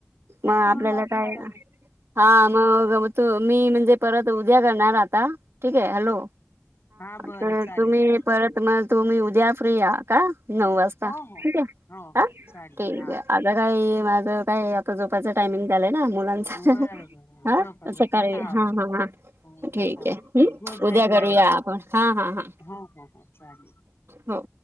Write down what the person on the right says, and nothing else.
मग आपल्याला
काय
काम मग म तूमी म्हणजे परत उद्या करणार आता. ठीक आहे हॅलो
तर
तुम्ही परत मग तुम्ही उद्या फ्री आहा का. नऊ वाजता
ठीक आहे.
हा
ठीकय
आता काय माझ आता जो झोपेच टायमिंग झालाय ना मुलांचा.
हा
सकाळी
हा हा.
ठीक
आहे
उद्या
करूया
आपण. हा हा हा
हो.